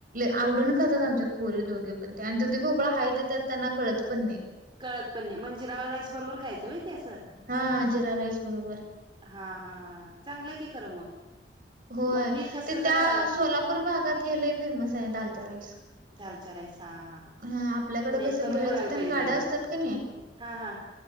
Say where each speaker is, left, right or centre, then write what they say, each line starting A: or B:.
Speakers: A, on the right (about 55°); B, on the right (about 30°).
A: आवडीनं खात्यात आमच्यात पोरी दोघी पण त्या आणि दुधी भोपळा हाय ते त्यात त्यांना कळत पण नाही.
B: कळत पण नाही म जिरा राईस बरोबर खायचं होय ते?
A: हां जिरा राईस बरोबर.
B: हा हा हा चांगलं की खरं मग
A: होय
B: मग मी कसं
A: ते त्या
B: जरा
A: सोलापूर भागात हे लई फेमस आहे दालच्या राईस
B: दालच्या राईस हा हा हा
A: हं आपल्याकडं
B: नाही
A: कसं
B: करून
A: भेळ
B: बघायला
A: चं तेन
B: पाहिजे
A: गाडं
B: ते मग
A: असतात कणी
B: हा हा